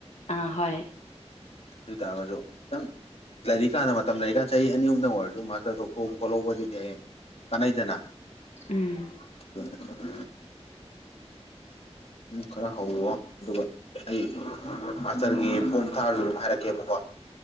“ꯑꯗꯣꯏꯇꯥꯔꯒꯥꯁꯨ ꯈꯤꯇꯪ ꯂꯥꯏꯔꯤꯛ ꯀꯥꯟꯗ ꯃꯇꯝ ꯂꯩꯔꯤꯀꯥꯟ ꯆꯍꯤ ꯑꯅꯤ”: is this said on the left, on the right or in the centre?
Left